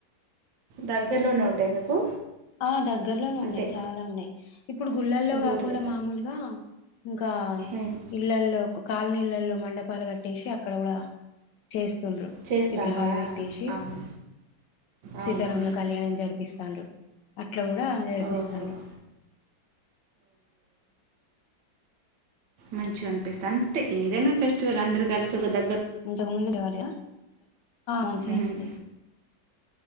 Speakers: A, on the right (about 80°); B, on the left (about 75°).
A: దగ్గరలోనే ఉంటాయి మీకు
B: ఆ దగ్గర్లోనే
A: అంటే
B: ఉన్నాయి చాలా ఉన్నాయి ఇప్పుడు గుళ్ళల్లో
A: గుడ్లు
B: కాకుండా మామూలుగా ఇంకా
A: ఉమ్,
B: ఇళ్లల్లో కాలనీలలో మండపాలు కట్టేసి అక్కడ కూడా చేస్తుండ్ర
A: చేస్తానరా
B: విగ్రహాలు పెట్టేసి
A: ఆహా అవునా
B: సీతారాముల కళ్యాణం జరిపిస్తు చాలు ఇలా జరిపిస్తారు
A: ఓహో మంచిగ అనిపిస్తుంది అంటే ఏదైనా ఫెస్టివల్ అందరు కలిసి ఒకద
B: ఇంతకు ముందు ఇవాలియా మంచిస్తుంది
A: ఉమ్,